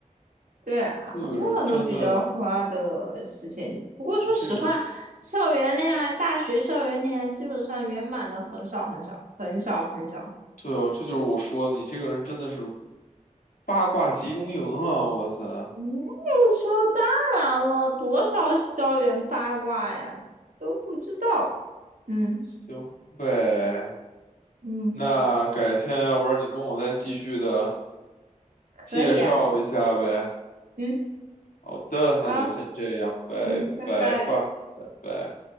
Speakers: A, on the right; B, on the left.
A: 对啊，
B: 这个人真的，
A: 很多很多比较花的事情。不过说实话，
B: 你这个
A: 校园恋爱、大学校园恋爱基本上圆满的很少很少很少很少
B: 对哦，这就是我说的，你这个人真的是八卦集中营啊！我塞，
A: 嗯，有说时候当然了，多少校园八卦呀，你都不知道。嗯
B: 行呗，
A: 嗯，
B: 那改天要不然你跟我再继续的。
A: 可以啊，
B: 介绍一下呗。
A: 嗯，
B: 好的，
A: 好，
B: 那就先这样，拜拜吧，
A: 嗯，拜拜。
B: 拜拜。